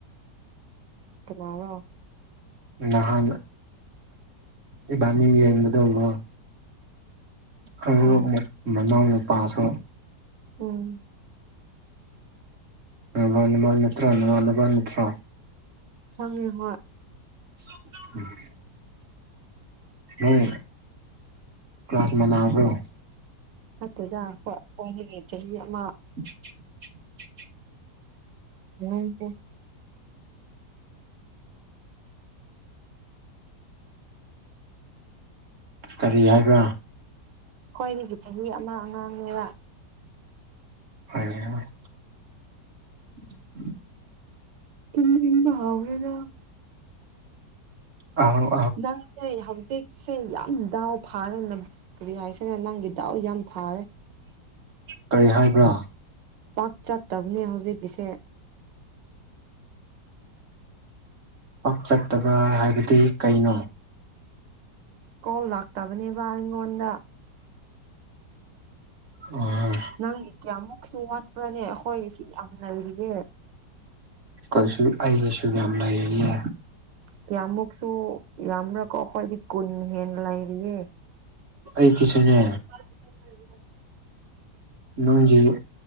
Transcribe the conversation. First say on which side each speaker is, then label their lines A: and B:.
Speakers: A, on the right; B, on the right.
A: ꯀꯅꯔꯥ
B: ꯅꯍꯥꯟ ꯏꯕꯥꯅꯤ ꯌꯦꯡꯕ ꯗꯔꯣ ꯍꯥꯏ
A: ꯑꯣ
B: ꯃꯅꯥꯎ ꯅꯨꯄꯥꯁꯨ
A: ꯎꯝ
B: ꯅꯃꯥꯟꯅꯕ ꯅꯠꯇ꯭ꯔꯥ ꯅꯃꯥꯟꯅꯕ ꯅꯠꯇ꯭ꯔꯥ꯫
A: ꯍꯣꯏꯅꯦ ꯍꯣꯏ
B: <unintelligible> ꯃꯣꯏ ꯀ꯭ꯂꯥꯁ ꯃꯅꯕ꯭ꯔꯣ꯫
A: ꯅꯠꯇꯦꯗꯥ ꯈꯣꯏꯗꯒꯤ ꯆꯍꯤ ꯑꯃ꯫
B: <unintelligible>
A: <unintelligible>
B: ꯀꯔꯤ ꯍꯥꯏꯕ꯭ꯔꯥ꯫
A: ꯈꯣꯏꯗꯒꯤ ꯆꯍꯤ ꯑꯃ ꯑꯉꯥꯡꯅꯦꯕ꯫
B: ꯍꯣꯏ꯫ <inaudible>
A: ꯇꯨꯝꯅꯤꯡꯕ ꯍꯥꯎꯔꯦꯗ꯫
B: ꯑꯥꯎ
A: ꯅꯪꯁꯦ ꯍꯧꯖꯤꯛ꯫ ꯁꯦ ꯌꯥꯝ ꯗꯥꯎ ꯐꯥꯔꯦꯅ ꯀꯔꯤ ꯍꯥꯏꯁꯤꯔ ꯅꯪꯒꯤ ꯗꯥꯎ ꯌꯥꯝ ꯐꯥꯔꯦ꯫
B: ꯀꯔꯤ ꯍꯥꯏꯕ꯭ꯔꯥ꯫
A: ꯄꯥꯛ ꯆꯠꯇꯕꯅꯦ ꯍꯧꯖꯤꯛꯀꯤꯁꯦ꯫
B: ꯄꯥꯛ ꯆꯠꯇꯕ ꯍꯥꯏꯕꯗꯤ ꯀꯩꯅꯣ꯫
A: ꯀꯣꯜ ꯂꯥꯛꯇꯕꯅꯦꯕ ꯑꯩꯉꯣꯟꯗ꯫
B: ꯑꯥ
A: ꯅꯪꯗꯤ ꯀꯌꯥꯃꯨꯛꯁꯨ ꯋꯥꯠꯄ꯭ꯔꯥꯅꯦ ꯑꯩꯈꯣꯏꯒꯤꯁꯨ ꯌꯥꯝ ꯂꯩꯔꯤꯌꯦ꯫
B: ꯀꯩꯁꯨ ꯑꯩꯒꯤꯁꯨ ꯌꯥꯝ ꯂꯩꯔꯤꯌꯦ
A: ꯀꯌꯥꯃꯨꯛꯁꯨ ꯌꯥꯝꯅꯀꯣ ꯑꯩꯈꯣꯏꯗꯤ ꯀꯨꯟ ꯍꯦꯟ ꯂꯩꯔꯤꯌꯦ꯫
B: ꯑꯩꯀꯤꯁꯨꯅꯦ꯫
A: <inaudible>
B: ꯅꯪꯗꯤ